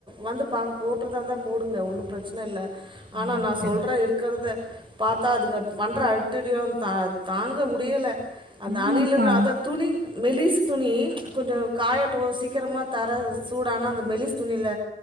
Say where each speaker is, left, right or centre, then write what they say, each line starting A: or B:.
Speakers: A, on the right; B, on the right.
A: வந்து பா போட்டுற தான்ந்தா போட்டுங்க ஒன்னு பிரச்சன இல்ல ஆனா
B: ம்
A: நா
B: சரிங்க
A: சொல்றே இருக் க்கத பாத்தா அதுங்க பண்ற அட்டுலுயியோ தாங்க முடியல அந்த
B: ஆமாப்பா
A: அணிலன்னா அதா துணி மெலிசு துணி கொஞ்சோ காயட்டு சீக்கிரமா தர சூடானா அந்த மெலிஸ் துணில